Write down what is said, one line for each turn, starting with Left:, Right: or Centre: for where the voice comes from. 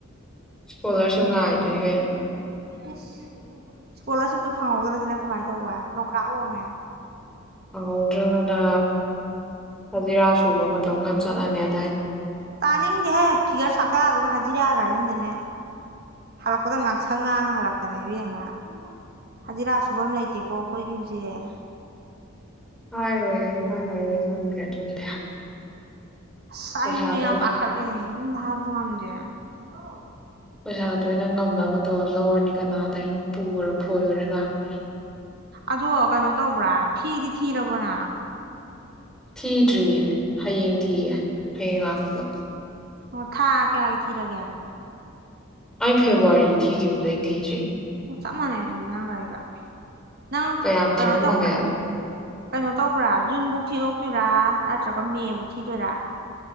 Centre: ꯁꯀꯣꯂꯔꯁꯤꯤꯞꯥꯏꯇ ꯀ
Right: ꯏꯁ ꯏꯁꯀꯣꯂꯥꯔꯁꯤꯞꯇꯣ ꯐꯪꯍꯧꯗ꯭ꯔꯗꯤꯅ ꯀꯃꯥꯏꯅ ꯇꯧꯕ ꯂꯣꯡꯈꯔꯥꯛ ꯂꯣꯡꯉꯦ
Centre: ꯐꯪꯍꯧꯗ꯭ꯔꯒꯅ ꯐꯖꯤꯔꯥ ꯁꯨꯕ ꯃꯇꯝ ꯇꯇꯨꯈꯛ ꯆꯠꯂꯅꯤꯅ
Right: ꯇꯥꯅꯤꯡꯒꯦꯍꯦ ꯐꯤꯒꯔ ꯁꯥꯛꯇꯥꯛ ꯑꯗꯨꯒ ꯍꯖꯤꯔꯥ ꯀꯥꯏꯁꯤꯗꯅꯦ ꯍꯜꯂꯛꯄꯗ ꯉꯥꯡꯁꯪ ꯉꯥꯡ ꯍꯜꯂꯛꯇꯅ ꯏꯕꯤ ꯑꯃ ꯍꯖꯤꯔꯥ ꯁꯨꯐꯝ ꯂꯩꯇꯦꯀꯣ ꯑꯩꯈꯣꯏꯒꯤ ꯍꯧꯖꯤꯛ
Centre: ꯍ ꯍꯣꯏ ꯍ ꯊꯒꯦ
Right: ꯁꯥꯏꯁꯨꯅ
Centre: ꯄꯩꯁꯥꯗꯣ
Right: ꯌꯥꯝ ꯄꯥꯈꯔꯔꯦ ꯌꯨꯝ ꯊꯔ ꯇꯗꯦ ꯍꯜꯂꯣ
Centre: ꯄꯩꯁꯥꯗꯣ ꯑꯩꯅ ꯉꯝꯗꯅꯕ ꯇꯧꯔ ꯂꯧꯔꯅꯤ ꯀꯅꯥꯗ ꯑꯩꯅ ꯄꯨꯈꯔꯣ ꯐꯣꯏꯈꯔꯦ ꯂꯥꯛꯄꯁꯦ
Right: ꯑꯗꯣ ꯀꯩꯅꯣ ꯇꯧꯕ꯭ꯔꯥ ꯐꯤꯗꯤ ꯊꯤꯔꯕꯣꯅ
Centre: ꯊꯤꯗ꯭ꯔꯤꯌꯦ ꯍꯌꯦꯡ ꯊꯤꯒꯦ ꯍꯌꯦꯡ ꯂꯥꯛꯄꯗ
Right: ꯑꯣ ꯊꯥ ꯀꯌꯥꯒꯤ ꯊꯤꯔꯒꯦ
Centre: ꯑꯩ ꯐꯦꯕꯋꯥꯔꯤ ꯊꯤꯈꯤꯕꯗꯏ ꯊꯤꯗ꯭ꯔꯤ
Right: ꯑꯣ ꯆꯞ ꯃꯥꯟꯅꯩ ꯑꯗꯨꯗꯤ ꯅꯥꯡꯒꯒꯥꯥꯏꯒ ꯅꯪ
Centre: ꯀꯌꯥꯝ
Right: ꯀꯩꯅꯣ
Centre: ꯊꯤꯔꯝꯃꯒꯦ
Right: ꯇꯧꯕ꯭ꯔꯥ ꯀꯩꯅꯣ ꯇꯧꯕ꯭ꯔꯥ ꯖꯨꯟꯕꯨꯧ ꯊꯤꯗꯣꯛꯇꯣꯏꯔꯥ ꯅꯠꯇ꯭ꯔꯒ ꯃꯦꯕꯨꯧ ꯊꯤꯗꯣꯏꯔꯥ